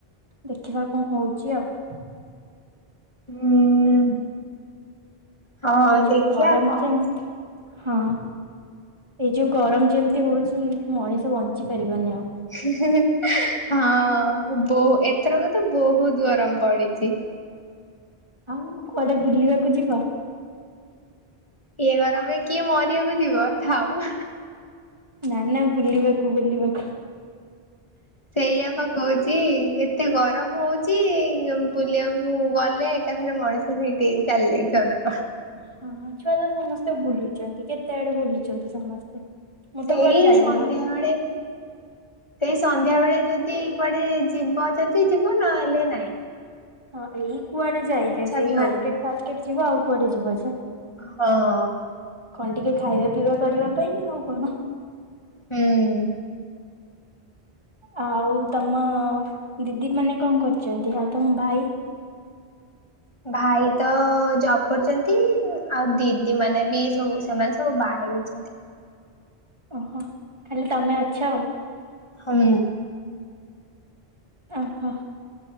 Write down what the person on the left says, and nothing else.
ହୁଁ ଉଁ ହଁ
ଦେଖିବା
କଣ
ହୁଁ ହୁଁ ହଁ ବହୁ ଏ ଏଥରକ ତ ବହୁତ ଗରମ ପଡିଛି।
ଏ ଗରମରେ କିଏ ମରିବାକୁ ଯିବଥାଉ
ସେଇଆାପା କହୁଛି ଏତେ ଗରମ ହଉଚି ବୁଲିବାକୁ ଗଲେ ଏକାଥରେ ମଣିଷ ସେଇଠି ଚାଲିଯାଇଥାନ୍ତା।
ସେଇ
ସନ୍ଧ୍ୟା
ବେଳେ ସେଇ ସନ୍ଧ୍ୟା ବେଳେ ଯଦି କୁଆଡେ ଯିବ ଯଦି ଯିବ ନହେଲେ ନାଇଁ ହ <inaudible>
ବି ହଉନି
ହଁ
ହୁଁ ଉଁ
ଭାଇ ତ ଜବ କରୁଛନ୍ତି ଆଉ ଦିଦି ମାନେ ବି ସବୁ ସେମାନେ ସବୁ ବାହା ହେଇଯାଇଛନ୍ତି।
ହଁ।